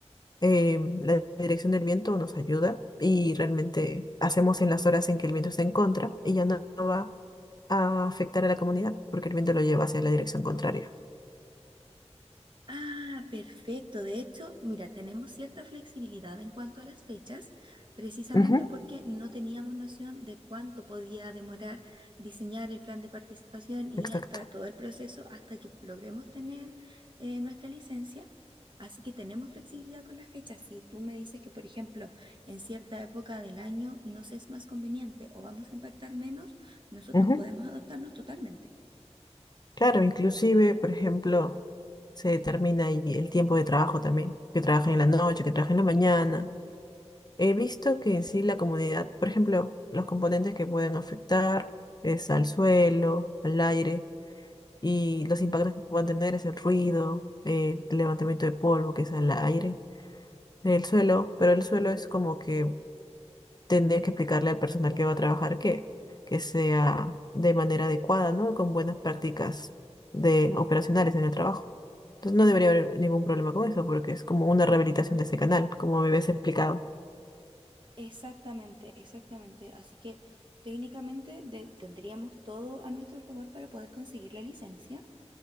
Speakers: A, on the left (about 35°); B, on the right (about 45°).
A: eh, la dirección del viento nos ayuda y realmente hacemos en las horas en que el viento está en contra y ya no, no va a afectar a la comunidad, porque el viento lo lleva hacia la dirección contraria.
B: Ah, perfecto. De hecho, mira, tenemos cierta flexibilidad en cuanto a las fechas, precisamente
A: Ujú,
B: porque no teníamos noción de cuánto podía demorar diseñar el plan de participación y
A: Exacto.
B: hasta todo el proceso hasta que logremos tener eh, nuestra licencia. Así que tenemos flexibilidad con las fechas. Si tú me dices que, por ejemplo, en cierta época del año nos es más conveniente o vamos a impactar menos, nosotros
A: Ujú.
B: podemos adaptarnos totalmente.
A: Claro, inclusive, por ejemplo, se determina ahí el tiempo de trabajo también, que trabajen en la noche, que trabajen en la mañana. He visto que en sí la comunidad, por ejemplo, los componentes que pueden afectar es al suelo, al aire, y los impactos que puedan tener es el ruido, eh, el levantamiento de polvo, que es al aire, el suelo, pero el suelo es como que tendrías que explicarle al personal que va a trabajar que, que sea de manera adecuada, ¿no? Con buenas prácticas de operacionales en el trabajo. Entonces no debería haber ningún problema con eso, porque es como una rehabilitación de ese canal, como me habías explicado.
B: Exactamente, exactamente. Así que técnicamente de- tendríamos todo a nuestro favor para poder conseguir la licencia.